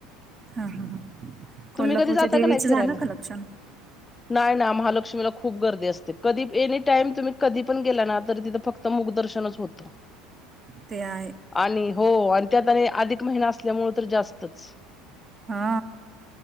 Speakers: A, on the right; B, on the left.
A: हा हा ह कोल्हापूरच्या
B: तुम्ही कधी जाता
A: देवीचं
B: का नाही फिरायला
A: झालं का लक्षण?
B: नाही ना. महालक्ष्मीला खूप गर्दी असते, कधी एनी टाईम तुम्ही कधी पण गेला ना तर तिथं फक्त मुखदर्शनच होत
A: ते आहे.
B: आणि हो आणि त्यात आणि अधिक महिना असल्यामुळे तर जास्तच.
A: हा.